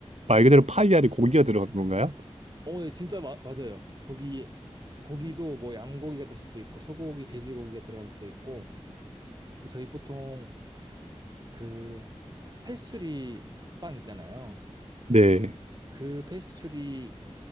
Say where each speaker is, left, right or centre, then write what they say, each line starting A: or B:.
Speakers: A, on the right; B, on the right.
A: 말 그대로 파이 안에 고기가 들어간 건가요?
B: 어, 네, 진짜 마- 맞아요. 거기, 거기도 뭐 양고기가 될 수도 있고, 소고기, 돼지고기가 들어갈 수도 있고, 그 저희 보통 그 패스츄리 빵 있잖아요.
A: 네.
B: 그 패스츄리